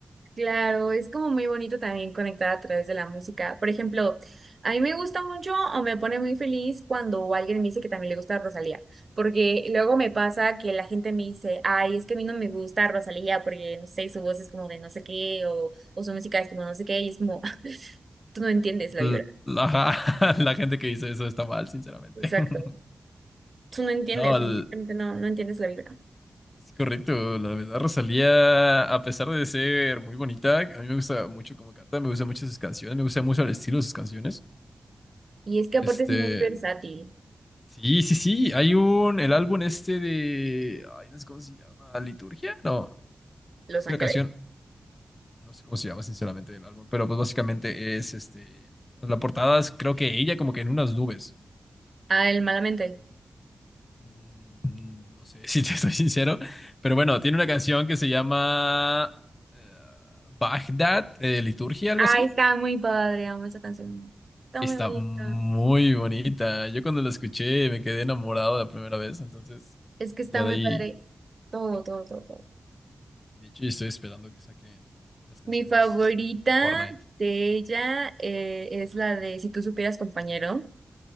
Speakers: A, on the right; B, on the left.
A: Claro, es como muy bonito también conectar a través de la música. Por ejemplo, a mí me gusta mucho o me pone muy feliz cuando alguien me dice que también le gusta Rosalía, porque luego me pasa que la gente me dice, ay, es que a mí no me gusta Rosalía porque, no sé, su voz es como de no sé qué o, o su música es como no sé qué y es como, <laughs> tú no entiendes la
B: L-
A: vibra.
B: ajá, <laughs> la gente que dice eso está mal, sinceramente.
A: Exacto.
B: <laughs>
A: Tú no entiendes,
B: No,
A: simplemente
B: l-
A: no, no entiendes la vibra.
B: es correcto. La verdad, Rosalía, a pesar de ser muy bonita, a mí me gusta mucho cómo canta, me gustan mucho sus canciones, me gusta mucho el estilo de sus canciones.
A: Y es que
B: Este,
A: aparte es muy versátil.
B: sí, sí, sí, hay un, el álbum este de, ay, no sé cómo se llama, Liturgia, no,
A: Los
B: es que
A: Ángeles.
B: la canción, no sé cómo se llama, sinceramente, el álbum, pero pues básicamente es, este, pues, la portada es creo que ella como que en unas nubes.
A: Ah, el Malamente.
B: Mm, No sé <laughs> si te soy sincero, pero bueno, tiene una canción que se llama eh, Bagdad, eh, Liturgia, algo
A: Ay,
B: así.
A: está muy padre, amo esa canción. Está
B: Está
A: muy bonita.
B: muy bonita. Yo cuando la escuché me quedé enamorado la primera vez, entonces
A: Es que
B: ya
A: está muy
B: de ahí.
A: padre. Todo, todo, todo, todo.
B: De hecho, estoy esperando que saquen las canciones
A: Mi favorita
B: Fortnite.
A: de ella eh, es la de Si tú supieras, compañero,